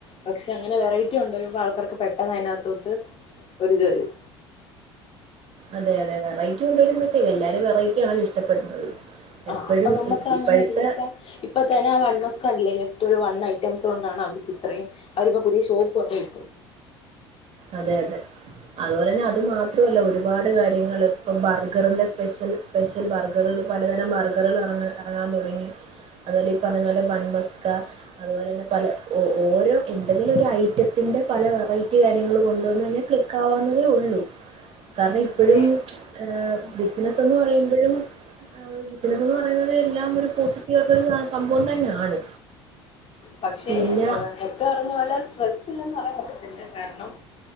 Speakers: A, on the left; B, on the right.
A: പക്ഷെ അങ്ങനെ വെറൈറ്റി കൊണ്ടുവരുമ്പോ ആൾക്കാർക്ക് പെട്ടെന്ന് അയിനകത്തോട്ട് ഒരിതു വരും
B: അതെ അതെ വെറൈറ്റി കൊണ്ടുവരുമ്പറ്റേക്കോ എല്ലാരും വെററ്റി ആണല്ല ഇഷ്ടപ്പെടുന്നത് എപ്പഴും
A: ആഹ് അപ്പൊ നമുക്ക്
B: ഇ
A: അങ്ങനെ
B: ഇപ്പഴത്തെ
A: ഒരിത് വച്ചാ ഇപ്പ തന്നെ <unintelligible> ജസ്റ്റ് ഒരു വൺ ഐറ്റംസ് കൊണ്ടാണ് അവർ ഇത്രയും അവരിപ്പോ പുതിയഷോപ്പ് വരെ ഇട്ടു
B: അതെ അതെ അതുപോലെ തന്നെ അത് മാത്രല്ല ഒരുപാട് കാര്യങ്ങൾ ഇപ്പം ബർഗറിന്റെ സ്പെഷ്യൽ സ്പെഷ്യൽ ബർഗറുകൾ പലതരം ബർഗറുകൾ ഇറങ്ങ ഇറങ്ങാൻ തുടങ്ങി അതുപോലെ ഈ പറഞ്ഞ പോലെ ബൺമസ്ക അതുപോലെ തന്നെ പല ഓരോ എന്തെങ്കിലും ഒരു ഐറ്റത്തിന്റെ പല വെറൈറ്റി- കാര്യങ്ങളും കൊണ്ടുവന്ന് കഴിഞ്ഞ ക്ലിക്ക് ആകാവുന്നതേ ഉള്ളൂ കാരണം ഇപ്പോഴും
A: അതെ
B: ആഹ് ബിസിനസ് എന്ന് പറയുമ്പോഴും ആഹ് ഒരു ബിസിനസ് എന്ന് പറയുന്നത് എല്ലാം ഒരു പോസിറ്റീവ് ആയിട്ടുള്ള ഒരു സംഭവം തന്നെയാണ്
A: പക്ഷേ
B: പിന്നെ
A: നേരത്തെ പറഞ്ഞ പോലെ സ്ട്രെസ്സ് ഇല്ലെന്ന് പറയാൻ പറ്റത്തില്ല കാരണം